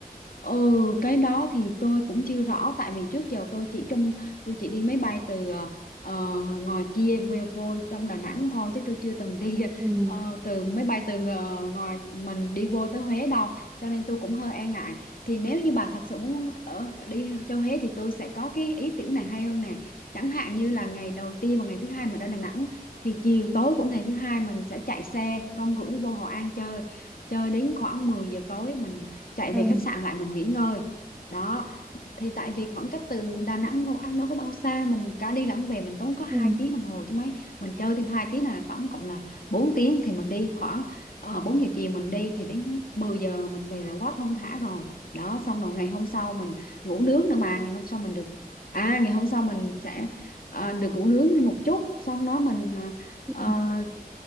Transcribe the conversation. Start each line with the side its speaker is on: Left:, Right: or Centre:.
Left: Ừ, cái đó thì tôi cũng chưa rõ tại vì trước giờ tôi chỉ trong tôi chỉ đi máy bay từ ờ, ờ, ngoài kia về vô trong Đà Nẵng thôi chứ tôi chưa từng đi
Centre: Ừ.
Left: ờ, từ máy bay từ ờ, ngoài mình đi vô tới Huế đâu cho nên tôi cũng hơi e ngại thì nếu như bà thật sự muốn ở đi cho Huế thì tôi sẽ có cái ý tưởng này hay hơn nè chẳng hạn như là ngày đầu tiên và ngày thứ hai mình ở Đà Nẵng thì chiều tối của ngày thứ hai mình sẽ chạy xe rong ruổi vô Hội An chơi chơi đến khoảng 10 giờ tối mình chạy về
Centre: Ừ.
Left: khách sạn lại mình nghỉ ngơi đó thì tại vì khoảng cách từ Đà Nẵng Hội An đâu có bao xa mình cả đi lẫn về mình tốn có hai
Centre: Ừ.
Left: tiếng đồng hồ chứ mấy mình chơi thêm 2 tiếng là tổng cộng là bốn tiếng thì mình đi khoảng uh, 4 giờ chiều mình đi thì đến 10 giờ mình về là quá thong thả rồi đó xong rồi ngày hôm sau mình ngủ nướng nữa mà ngày hôm sau mình được à ngày hôm sau mình sẽ ờ, được ngủ nướng thêm một chút xong đó mình ờ,
Centre: Ừ.
Left: ờ,